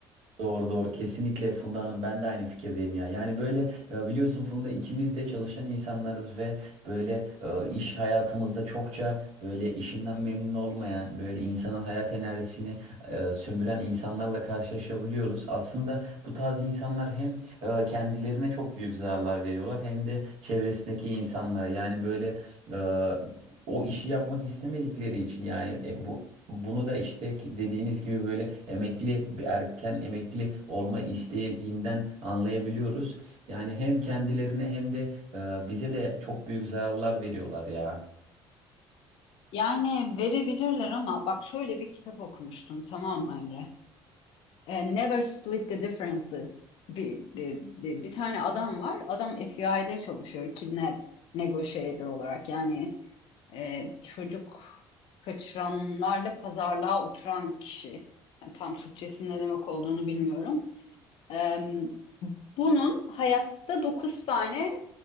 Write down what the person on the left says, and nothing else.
Yani verebilirler ama bak şöyle bir kitap okumuştum tamam mı Emre? E, Never Split the Differences. Bir, bir, bir, bir tane adam var. Adam FBI'de çalışıyor. Kidnap negotiator olarak yani e, çocuk kaçıranlarla pazarlığa oturan kişi. Yani tam Türkçesinin ne demek olduğunu bilmiyorum. E, bunun hayatta 9 tane